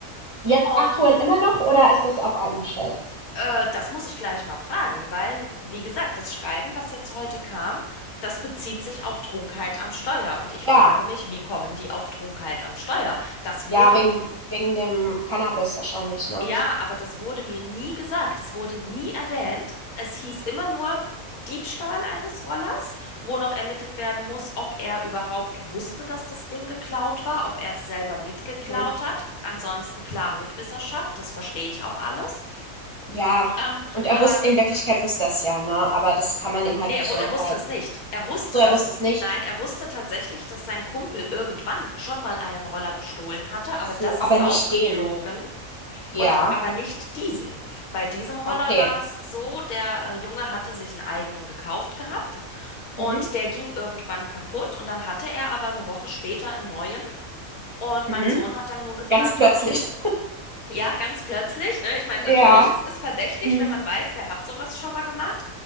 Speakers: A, on the right (about 30°); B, on the left (about 85°).
A: Jetzt
B: Und
A: aktuell immer noch oder ist das auch eingestellt?
B: Äh, das muss ich gleich mal fragen, weil, wie gesagt, das Schreiben, was jetzt heute kam, das bezieht sich auf Trunkenheit am Steuer. Und ich frage
A: Ja,
B: mich, wie kommen die auf Trunkenheit am Steuer? Das
A: ja,
B: wurde,
A: wegen wegen dem Cannabis wahrscheinlich, ne?
B: ja, aber das wurde mir nie gesagt. Das wurde nie erwähnt. Es hieß immer nur Diebstahl eines Rollers, wo noch ermittelt werden muss, ob er überhaupt wusste, dass das Ding geklaut war, ob er es selber mitgeklaut
A: Mhm.
B: hat. Ansonsten klar Mitwisserschaft, das verstehe ich auch alles.
A: Ja,
B: Ähm,
A: und er
B: aber
A: wusste in Wirklichkeit wusste er's ja, ne, aber das kann man ihm halt
B: Nee,
A: nicht
B: er, wu- er
A: nachweisen.
B: wusste es nicht. Er wusste
A: Ach so, er
B: das.
A: wusste es nicht?
B: Nein, er wusste tatsächlich, dass sein Kumpel irgendwann schon mal einen Roller gestohlen hatte,
A: Ach
B: aber
A: so,
B: das
A: aber
B: ist aufgeflogen
A: nicht den. Ja,
B: und aber nicht diesen. Bei diesem Roller
A: okay.
B: war es so, der äh, Junge hatte sich einen eigenen gekauft gehabt und
A: Mhm,
B: der ging irgendwann kaputt und dann hatte er aber eine Woche später einen neuen und
A: mhm.
B: mein Sohn hat dann nur gefragt,
A: Ganz plötzlich.
B: ach,
A: <laughs>
B: ja, ganz plötzlich, ne? Ich meine, natürlich,
A: Ja,
B: es ist verdächtig,
A: mhm.
B: wenn man weiß, der hat sowas schon mal gemacht.